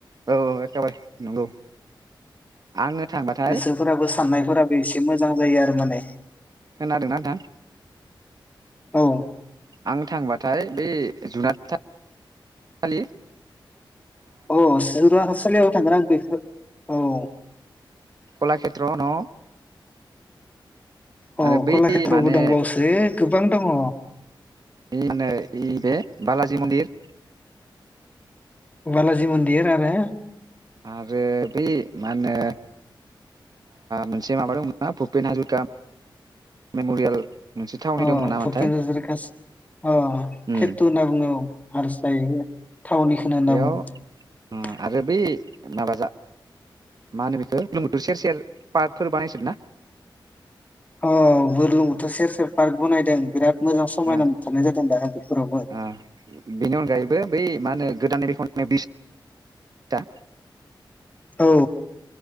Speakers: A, on the right; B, on the left.
A: औ एखेबारे नंगौ आङो थांबाथाय
B: गोसोफोराबो साननायफोराबो एसे मोजां मोजां जायो आरो माने
A: खोनादों‌ ना नोंथां
B: औ
A: आं थांबाथाय बे। जुनाद सालि
B: अह जुनादसालियाव थांगोन आं बेखौ। औ।
A: कलाक्षेत्र न
B: अह
A: आरो बै
B: कलाक्षेत्रबो
A: माने
B: दंबावोसो। गोबां दङ।
A: बेनो बे बालाजि मन्दिर
B: बालाजि मन्दिर आरो
A: आरो बै मा होनो मोनसे माबा दंमोन भुपेन हाजरिका मेमरियेल। मोनसे थावनि
B: अ
A: दंमोन नामाथाय
B: भुपेन हाजरिआ
A: उम
B: केथु होनना बुङो औ। <unintelligible> थावनिखौ होनना
A: बेयाव
B: बुङो।
A: ओ आरो बै माबा जा मा होनो बेखौ बुरलुंबुथुर सेर सेर पार्क फोर बानायसोदोंना?
B: अह बुरलुंबुथुर सेर सेर पार्क बानायदों बिराद। मोजां समायना
A: ओ
B: नुथारनाय जादों दा बेफोरावबो
A: ओ बेनि अनगायैबो बै मा होनो गोदानै बेखौ बिस आ
B: औ